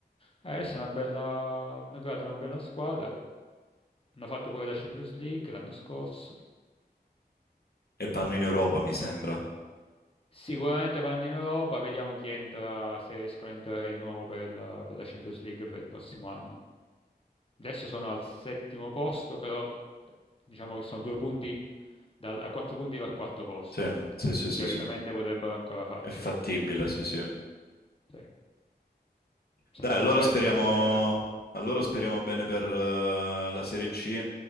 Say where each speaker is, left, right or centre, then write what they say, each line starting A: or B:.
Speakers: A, on the left; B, on the left.
A: Eh, adesso è una bella, hanno creato una bella squadra, hanno fatto pure la Champions League l'anno scorso.
B: E vanno in Europa, mi sembra.
A: Sicuramente vanno in Europa, vediamo chi entra, se riescono a entrare di nuovo per la, per la Champions League per il prossimo anno. Adesso sono al settimo posto, però diciamo che sono due punti dal- a quattro punti dal quarto posto,
B: Sì, sì,
A: quindi
B: sì, sì,
A: teoricamente
B: sì.
A: potrebbero ancora farcela.
B: È fattibile, sì, sì.
A: Se, se
B: Dai,
A: la Roma
B: allora
A: perde
B: speriamo,
A: stasera,
B: allora speriamo bene per eh, la Serie C,